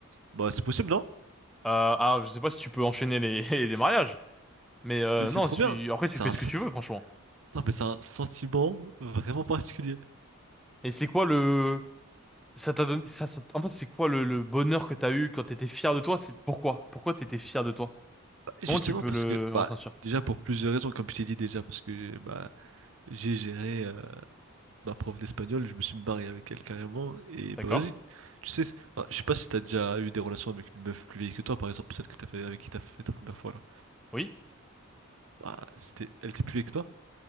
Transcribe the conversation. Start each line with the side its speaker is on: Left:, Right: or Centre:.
Right: bah, c'est possible, non?
Centre: Euh, ah, je sais pas si tu peux enchaîner les <laughs> les mariages. Mais euh,
Right: Mais C'est
Centre: non,
Right: trop
Centre: si...
Right: bien.
Centre: après
Right: C'est
Centre: tu fais
Right: un
Centre: ce
Right: sentiment.
Centre: que tu veux, franchement.
Right: Non, mais c'est un sentiment vraiment particulier.
Centre: Et c'est quoi le Ça t'a donné, ça, ça- en fait, c'est quoi le, le bonheur que t'as eu quand t'étais fier de toi? C'est pourquoi? Pourquoi t'étais fier de toi?
Right: Bah, Justement
Centre: Comment tu peux
Right: parce
Centre: le
Right: que, bah,
Centre: ressentir?
Right: déjà pour plusieurs raisons, comme je t'ai dit déjà, parce que bah, j'ai géré euh, ma prof d'espagnol, je me suis marié avec elle carrément, et
Centre: D'accord?
Right: bah vas-y, tu sais, c'est- bah, je sais pas si t'as déjà eu des relations avec une meuf plus vieille que toi, par exemple, celle que t'as fait, avec qui t'as fait ta première fois là.
Centre: Oui?
Right: Bah, c'était, elle était plus vieille que toi?